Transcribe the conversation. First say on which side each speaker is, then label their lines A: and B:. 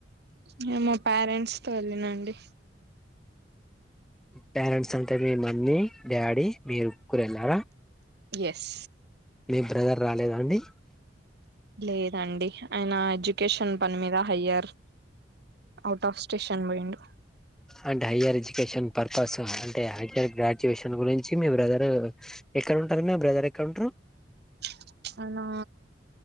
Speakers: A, on the right; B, in the centre.
A: నేన్ మా ప్యారెంట్స్ తో ఎళ్ళినా అండి
B: ప్యారన్స్ అంటే మీ మమ్మీ డ్యాడీ మీ ఉక్కురెనా
A: యస్
B: మీ బ్రదర్ రాలేదా అండి
A: లేదండి ఆయన ఎజుకేషన్ పని మీద హయ్యర్ ఔట్ ఆఫ్ స్టేషన్ బొయిండు
B: అంటే హయ్యర్ ఎజుకేషన్ పర్పస్ అంటే హయ్యర్ గ్రాజువెషన్ గురించి మీ బ్రదరూ ఎక్కడ ఉంటాది మీ బ్రదర్ ఎక్కడ్ ఉంట్రు
A: <unintelligible> నో